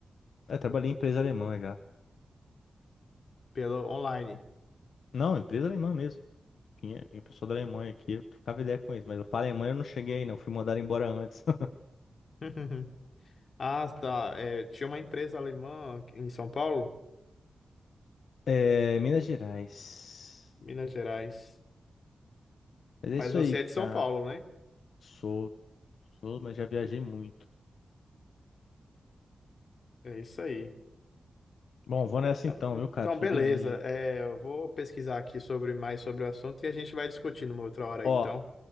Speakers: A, on the left (about 85°); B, on the left (about 55°).
A: Eu trabalhei em empresa alemã já.
B: Pelo online.
A: Não, empresa alemã mesmo. Tinha, tinha pessoa da Alemanha aqui, eu trocava ideia com eles, mas pra Alemanha eu não cheguei aí, não. Fui mandado embora antes. <laughs>
B: <laughs> Ah, tá. É, tinha uma empresa alemã em São Paulo,
A: É, Minas Gerais.
B: Minas Gerais.
A: Mas é
B: Mas
A: isso
B: você
A: aí,
B: é de
A: cara.
B: São Paulo, né?
A: Sou, sou, mas já viajei muito.
B: É isso aí.
A: Bom, vou
B: Então,
A: nessa então, viu,
B: então
A: cara? Preciso
B: beleza.
A: dormir aí.
B: É, eu vou pesquisar aqui sobre mais sobre o assunto e a gente vai discutindo uma outra hora,
A: Ó,
B: então.